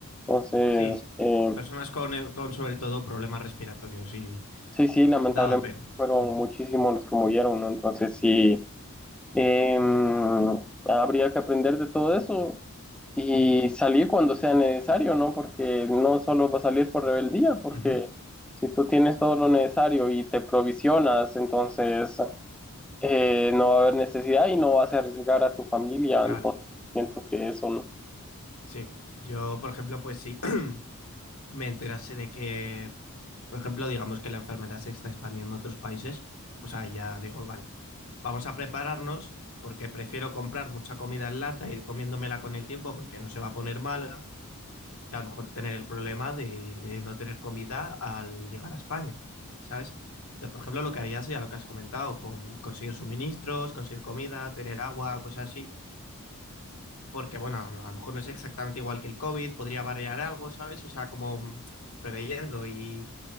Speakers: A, in the centre; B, on the left.
A: Entonces,
B: Sí,
A: eh,
B: personas con, eh, con sobre todo problemas respiratorios y
A: sí, sí, lamentablemente
B: daba pena.
A: fueron
B: Ujú,
A: muchísimos los que murieron, ¿no? Entonces, sí, eh, habría que aprender de todo eso y
B: ujú,
A: salir cuando sea necesario, ¿no? Porque no solo va a salir por rebeldía, porque
B: ujú.
A: si tú tienes todo lo necesario y te provisionas, entonces eh, no va a haber necesidad y no vas a arriesgar a tu familia.
B: Claro,
A: Entonces siento que eso, ¿no?
B: sí. Yo, por ejemplo, pues sí. <clears throat> me enterase de que, por ejemplo, digamos que la enfermedad se está expandiendo a otros países, pues ahí ya digo, vale, vamos a prepararnos porque prefiero comprar mucha comida en lata, ir comiéndomela con el tiempo porque no se va a poner mala, que a lo mejor tener el problema de, de no tener comida al llegar a España, ¿sabes? Entonces, por ejemplo, lo que haría sería lo que has comentado, con, conseguir suministros, conseguir comida, tener agua, cosas así, porque bueno, no, a lo mejor no es exactamente igual que el COVID, podría variar algo, ¿sabes? O sea, como mm, preveyendo y,